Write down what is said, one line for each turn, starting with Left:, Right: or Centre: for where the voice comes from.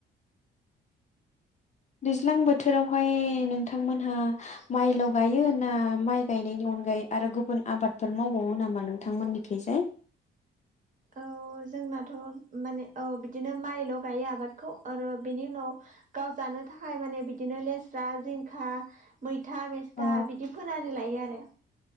Left: दैज्लां बोथोरावहाय नोंथांमोनहा माइल' गायो ना माइ गायनायनि अनगायै आरो गुबुन आबादफोर मावबावो नामा नोंथांमोननिखैजाय
Right: औ जोंनाथ' माने औ बिदिनो माइल' गायो आबादखौ आरो बेनि उनाव गाव जानो थाखाय माने बिदिनो लेस्रा जिंखा मैथा मेस्था
Left: अ
Right: बिदि फोनानै लायो आरो